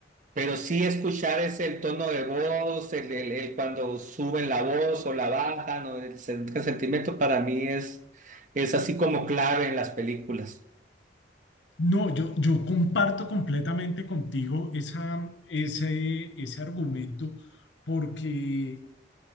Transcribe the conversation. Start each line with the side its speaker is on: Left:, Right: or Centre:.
Right: pero sí escuchar ese el tono de voz, el, el- el cuando suben la voz o la bajan, o el, sen- el sentimiento para mí es, es así como clave en las películas.
Left: No, yo, yo comparto completamente contigo esa, ese, ese argumento porque